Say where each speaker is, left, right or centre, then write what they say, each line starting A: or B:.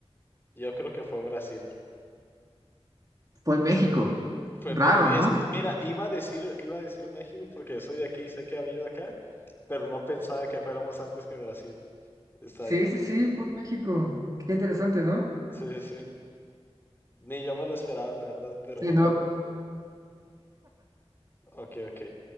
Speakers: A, on the left; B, on the right.
A: yo creo que fue Brasil.
B: Fue México.
A: Fue
B: Raro,
A: México.
B: ¿no?
A: Es- mira, iba a decir, iba a decir México porque soy de aquí y sé que ha habido acá. pero no pensaba que fuéramos antes que Brasil. Está
B: Sí,
A: bien.
B: sí, sí, fue México. Qué interesante, ¿no?
A: Sí, sí, sí. Ni yo me lo esperaba, la verdad, pero
B: Sí, no.
A: ok, ok.